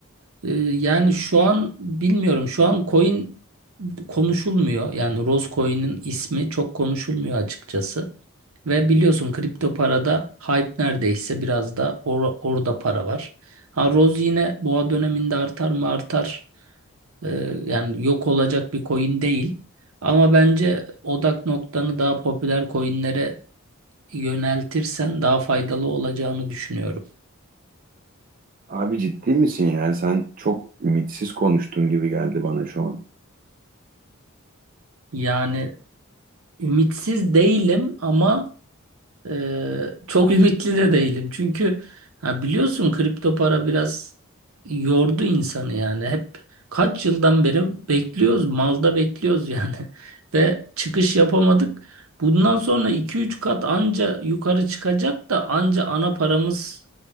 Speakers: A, on the right (about 80°); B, on the right (about 40°).
A: Ee, yani şu an bilmiyorum. Şu an coin konuşulmuyor. Yani Rose Coin'in ismi çok konuşulmuyor açıkçası. Ve biliyorsun kripto parada hype neredeyse biraz da or- orada para var. Ha Rose yine boğa döneminde artar mı artar. Ee, yani yok olacak bir coin değil. Ama bence odak noktanı daha popüler coinlere yöneltirsen daha faydalı olacağını düşünüyorum.
B: Abi ciddi misin ya? Sen çok ümitsiz konuştun gibi geldi bana şu an.
A: Yani ümitsiz değilim ama Ee, çok <laughs> ümitli de değilim. Çünkü ha biliyorsun kripto para biraz yordu insanı yani. Hep kaç yıldan beri bekliyoruz, malda bekliyoruz yani. <laughs> Ve çıkış yapamadık. Bundan sonra iki üç kat anca yukarı çıkacak da anca ana paramız